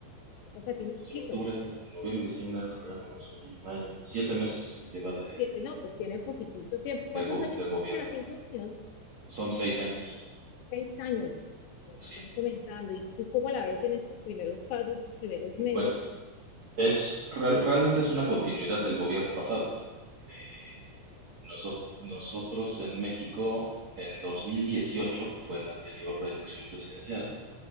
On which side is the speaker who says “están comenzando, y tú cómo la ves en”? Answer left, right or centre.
Left